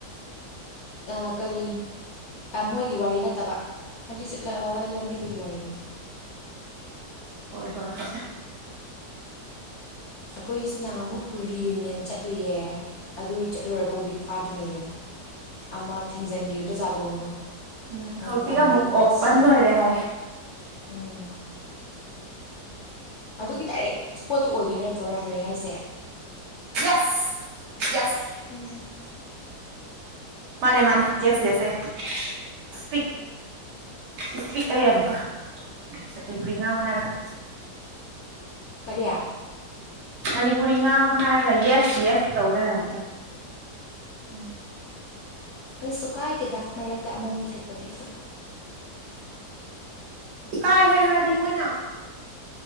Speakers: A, on the left; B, on the right.
A: ꯑ ꯀꯔꯤ ꯃꯣꯏꯒꯤ ꯋꯥꯔꯤ ꯅꯠꯇꯕ ꯍꯧꯟꯖꯤꯛ ꯂꯝꯕꯤꯗꯨꯒꯤ ꯋꯥꯔꯤꯅꯤꯅ
B: ꯍꯣꯏ ꯍꯣꯏ ꯍꯣꯏ
A: ꯑꯩꯈꯣꯏꯁꯤꯅ ꯑꯃꯨꯛ ꯔꯤꯌꯨꯅꯤꯌꯟ ꯆꯠꯂꯨꯌꯦ ꯑꯗꯨꯒꯤ ꯆꯠꯂꯨꯔꯒ ꯋꯤꯛ ꯐꯥꯗ꯭ꯔꯤꯉꯩꯗꯅꯦ ꯑꯃ ꯊꯤꯡꯖꯤꯟꯈꯤꯕꯗꯣ ꯆꯥꯗꯣꯡꯗꯣ
B: ꯎꯝ
A: ꯃꯣꯏ
B: ꯍꯧꯖꯤꯛ
A: ꯐꯦꯃꯤꯂꯤ
B: ꯑꯃꯨꯛ
A: ꯄꯨꯂꯞ
B: ꯑꯣꯄꯟ
A: ꯁꯤꯕꯒꯤ
B: ꯑꯣꯏꯔꯦ ꯍꯥꯏ
A: ꯎꯝ ꯒꯤ ꯗꯥꯏꯔꯦꯛ ꯏꯁꯄꯣꯠꯇꯨ ꯑꯣꯏꯗꯣꯏ ꯅꯠꯇ꯭ꯔꯣ ꯔꯥꯝꯔꯩ ꯍꯥꯏꯁꯦ
B: ꯌꯦꯁ ꯌꯦꯁ
A: ꯎꯝ
B: ꯃꯥꯅꯦ
A: ꯐꯖꯔꯦ
B: ꯃꯥꯅꯦ ꯌꯦꯁ ꯌꯦꯁ ꯑꯦꯄꯤ ꯏꯁꯄꯤꯤꯛꯑ ꯑꯃꯨꯛꯀ ꯃꯅꯤꯄꯨꯔꯤ ꯉꯥꯡ ꯍꯥꯏꯔꯒ
A: ꯀꯔꯤꯌꯥ
B: ꯃꯅꯤꯄꯨꯔꯤ ꯉꯥꯡꯉꯨ ꯍꯥꯏꯔꯒ ꯌꯦꯁ ꯌꯦꯁ ꯇꯧ ꯂꯩꯔꯝꯃꯦ
A: ꯎꯝ ꯀꯩꯁꯨ ꯀꯥꯏꯗꯦꯗ ꯃꯔꯛꯇ ꯑꯃꯅꯤ ꯊꯦꯠꯄꯗꯤ
B: ꯀꯥꯏ ꯍꯥꯏꯔꯗꯤ ꯃꯣꯏꯅ